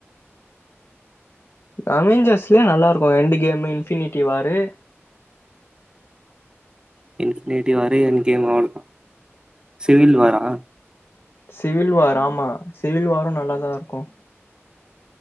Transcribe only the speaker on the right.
இன்பினிட்டி வாரு என் கேம் அவ்ளவு தான் சிவில் வாரா